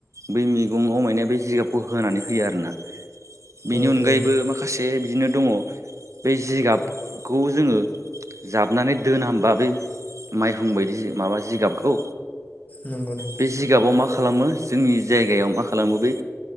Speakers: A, on the right; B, on the left.
A: बै मैगं अमायनाया बे जिगाबखौ होनानै होयो आरोना बेनि
B: औ
A: अनगायैबो
B: औ
A: माखासे बिदिनो दङ बे जिगाबखौ जोङो जाबनानै दोना ओमबा बै माइहुं बायदि माबा जिगाबखौ
B: नंगौ नंगौ
A: बे जिगाबाव मा खालामो जोंनि जायगायाव मा खालामो बै